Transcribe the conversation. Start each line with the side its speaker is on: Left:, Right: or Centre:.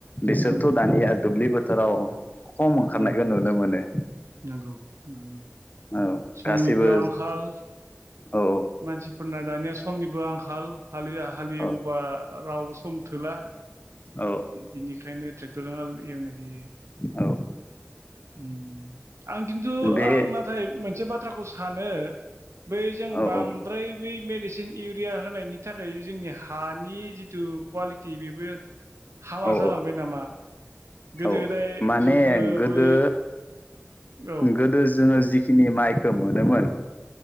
Left: बिसोरथ'
Right: उम
Left: दानिया दुब्लि बोथोराव खम ओंखारनायखौ
Right: उम
Left: नुनो मोनो।
Right: नंगौ नंगौ
Left: औ
Right: समनिबो
Left: गासैबो
Right: आंखाल
Left: औ
Right: मानसिफोरना दानिया समनिबो आंखाल हालेवब्ला
Left: औ
Right: रावबो सम थोला
Left: औ
Right: बिनिखायनो ट्रेक्टरजों हाल हालेवनाय जायो।
Left: औ
Right: उम आं खिन्थु
Left: बे
Right: आं नाथाय मोनसे बाथ्राखौ सानो बै जों
Left: औ
Right: बांद्राय
Left: औ
Right: बै मेडिसिन इउरिया होनायनि थाखाय जोंनि हानि जिथु कवालिटि बेबो हामा
Left: औ
Right: जालांबाय नामा? गोदो
Left: औ
Right: गोदाय
Left: माने
Right: जोंफोरो
Left: गोदो
Right: बै औ
Left: गोदो जोङो जिखिनि माइखौ मोनोमोन